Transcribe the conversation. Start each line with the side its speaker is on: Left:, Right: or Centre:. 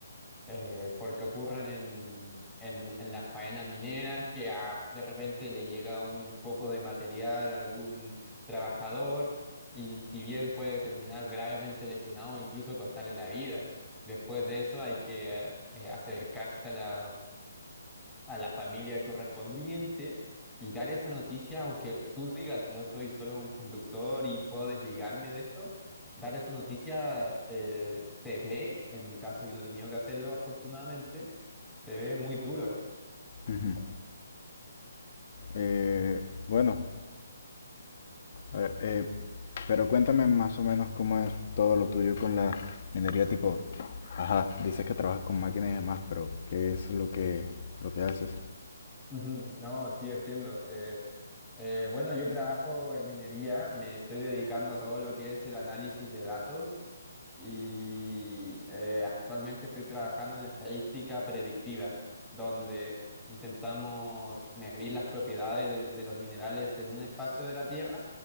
Centre: eh, porque ocurren en, en- en las faenas mineras, que a- de repente le llega un poco de material a algún trabajador y si bien puede terminar gravemente lesionado o incluso costarle la vida, después de eso hay que eh, acercarse a la a la familia correspondiente y dar esa noticia, aunque tú digas yo soy solo un conductor y puedo desligarme de esto, dar esa noticia eh, se ve, en mi caso yo no he tenido que hacerlo afortunadamente, se ve muy duro.
Left: ujú. Eh, bueno, eh, eh, pero cuéntame más o menos cómo es todo lo tuyo con la minería tipo, ajá, dices que trabajas con máquinas y demás, pero ¿qué es lo que lo que haces?
Centre: Ujú, No, sí, entiendo. Eh, eh, bueno, yo trabajo en minería, me estoy dedicando a todo lo que es el análisis de datos y eh, actualmente estoy trabajando en estadística predictiva, donde intentamos medir las propiedades de, de los minerales en un espacio de la Tierra